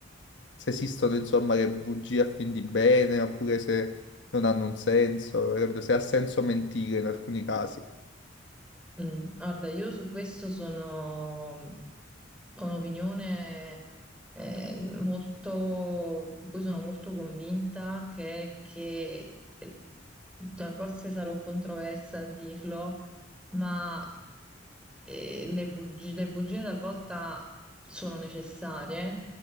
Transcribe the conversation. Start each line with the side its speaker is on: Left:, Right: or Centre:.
Left: Se esistono, insomma, le bugie a fin di bene, oppure se non hanno un senso, capito? Se ha senso mentire in alcuni casi.
Centre: Mm, Guarda, io su questo sono ho un'opinione eh, molto, di cui sono molto convinta, che, è che eh, cioè, forse sarò controversa a dirlo, ma eh, le bugie, le bugie talvolta sono necessarie.